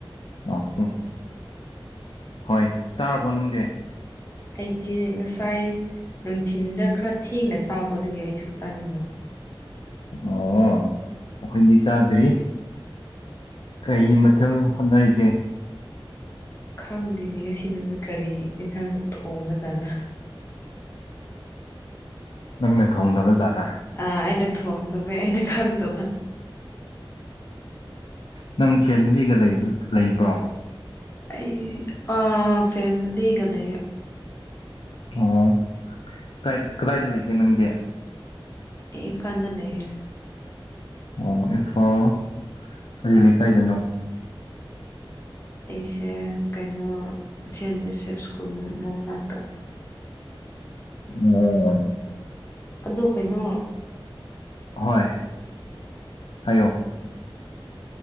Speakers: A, on the left; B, on the left.
A: ꯑꯣꯀꯦ꯫ ꯍꯣꯏ ꯆꯥꯔꯕꯣ ꯅꯪꯗꯤ?
B: ꯑꯩꯗꯤ ꯉꯁꯥꯏ ꯅꯨꯡꯊꯤꯤꯟꯗ ꯈꯔ ꯊꯦꯡꯅ ꯆꯥꯕ ꯑꯗꯨꯒꯤ ꯑꯩ ꯆꯥꯛ ꯆꯥꯅꯤꯡꯗꯕ
A: ꯑꯣ ꯑꯩꯈꯣꯏꯗꯤ ꯆꯥꯗ꯭ꯔꯤ ꯀꯩ ꯃꯊꯦꯜ ꯍꯣꯠꯅꯔꯤꯒꯦ
B: ꯈꯪꯗꯦꯅꯤ ꯉꯁꯤ ꯅꯨꯃꯤꯠ ꯀꯔꯤ ꯑꯦꯟꯁꯥꯡ ꯊꯣꯡꯕꯖꯥꯠꯅ
A: ꯅꯪꯅ ꯊꯣꯡꯗꯅꯕ ꯖꯥꯗꯥ
B: ꯑꯥ ꯑꯩꯅ ꯊꯣꯡꯗꯕ ꯑꯩꯅ ꯈꯪꯗꯕ
A: ꯅꯪ ꯐꯦꯃꯤꯂꯤꯒ ꯂꯩꯕ꯭ꯔꯣ
B: ꯑꯩ ꯑ ꯐꯦꯃꯤꯂꯤꯒ ꯂꯩ
A: ꯑꯣ ꯀ ꯀꯗꯥꯏꯗ ꯂꯩꯒꯦ ꯅꯪꯗꯤ
B: ꯏ ꯐꯥꯟꯗ ꯂꯩꯌꯦ
A: ꯑꯣ ꯏꯝꯐꯥꯜ ꯀꯔꯤ ꯂꯩꯀꯥꯏꯗꯅꯣ
B: ꯑꯩꯁꯦ ꯀꯩꯅꯣ ꯁꯦꯟ ꯖꯣꯁꯦꯐ ꯁ꯭ꯀꯨꯜ ꯃꯅꯥꯛꯇ
A: ꯑꯣꯝ
B: ꯑꯗꯣ ꯀꯩꯅꯣ
A: ꯍꯣꯏ ꯍꯥꯏꯣ